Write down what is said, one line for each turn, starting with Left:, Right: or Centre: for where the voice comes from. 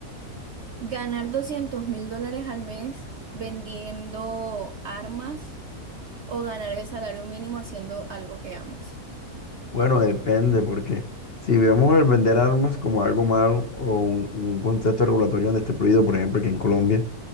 Right: ¿Ganar doscientos mil dólares al mes vendiendo armas o ganar el salario mínimo haciendo algo que amas?
Left: Bueno, depende, porque si vemos el vender armas como algo malo o un, un contexto regulatorio donde esté prohibido, por ejemplo, aquí en Colombia.